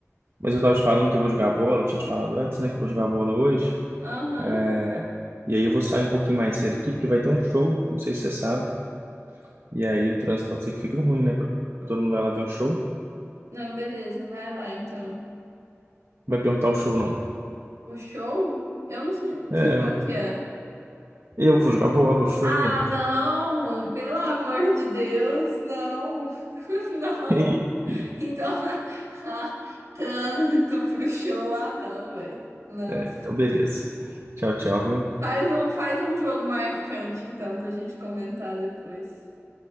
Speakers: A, on the right; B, on the right.
A: Mas eu tava te falando que eu vou jogar bola, eu tinha te falado antes, né, que eu vou jogar bola hoje.
B: Aham.
A: É, e aí eu vou sair um pouquinho mais cedo aqui, porque vai ter um show, não sei se você sabe. E aí o trânsito pode ser que fique ruim, né? Pra todo mundo vai lá ver o show.
B: Não, beleza, vai lá então.
A: Vai perguntar o show, não.
B: O show? Eu não sei
A: É,
B: que show que é.
A: eu vou jogar bola, o show.
B: Ah, não! Pelo amor de Deus, não! <laughs> Não!
A: <laughs>
B: Então, <laughs> ah, trânsito pro show, ah, não, velho. Não.
A: É, então beleza. Tchau, tchau, viu?
B: Faz um, faz um jogo marcante, então, pra gente comentar depois.